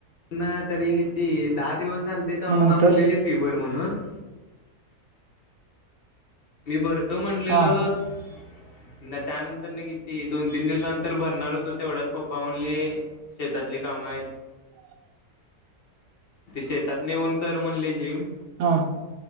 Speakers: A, on the left; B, on the right.
A: ना तरी किती दहा दिवस झाले तेव्हा
B: मग नंतर
A: मला म्हणलेली फी भर. म्हूनन <inaudible> मी भरतो म्हटलेलोत
B: हा
A: न त्यानंतर की ती दोन, तीन दिवसानंतरर भरणार होतो तेवढ्यात पप्पा म्हणले शेतातले काम आहेत.
B: <unintelligible>
A: <inaudible> ते शेतात न येऊन कर म्हणले जिम.
B: हा.